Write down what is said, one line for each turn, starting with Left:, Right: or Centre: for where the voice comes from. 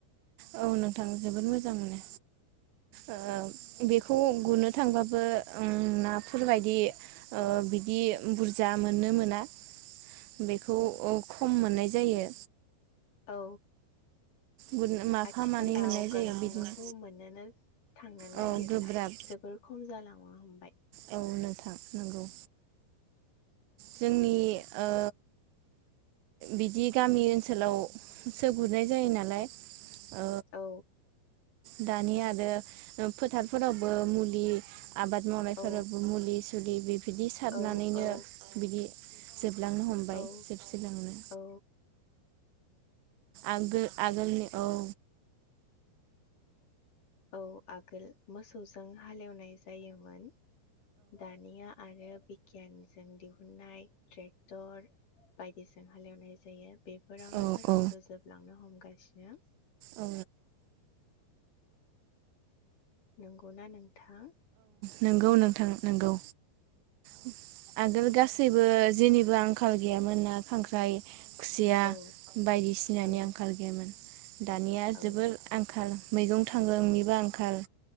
Right: औ नोंथां जोबोद मोजां मोनो ओ‌ बेखौ गुरनो थांबाबो उम नाफोरबायायदि बिदि बुरजा मोननो मोना बेखौ खम मोननाय जायो।
Left: औ।
Right: गुरनो माफा
Left: आथिखालाव
Right: मानै मोननाय जायो
Left: गांजेमाखौ
Right: बिदिनो
Left: मोनोनो थांनो नागिरला
Right: औ गोब्राब
Left: जोबोर खम जालाङो हमबाय।
Right: औ नोंथां नंगौ जोंनि ओ बिदि गामि ओनसोलावसो गुरनाय जायो नालाय ओ
Left: औ।
Right: दानि आरो फोथारफोरावबो मुलि आबाद मावनायफोरावबो
Left: औ
Right: मुलि <unintelligible> बिदि सारनानैनो
Left: औ औ
Right: बिदि जोबलांनो हमबाय।
Left: औ
Right: जोबस्रिलांनो
Left: औ।
Right: आगोल आगोलनि औ।
Left: औ आगोल मोसौजों हालेवनाय जायोमोन। दानिया आरो बिगियानजों दिहुननाय ट्रेक्टर बायदिजों हालेवनाय जायो बेफोरावनो
Right: औ
Left: गासैबो
Right: औ
Left: जोबलांनो हमबाय गासिनो
Right: औ
Left: नंगौ ना नों थां
Right: नोंगौ नोंथां नोंगौ <unintelligible> आगोल गासैबो जेनिबो आंखाल गैयामोन ना खांख्राइ खुसिया
Left: औ
Right: बायदिसिनानि
Left: औ
Right: आंखाल गैयामोन दानिया जोबोर
Left: औ
Right: आंखाल मैगं थांगोंनिबो आंखाल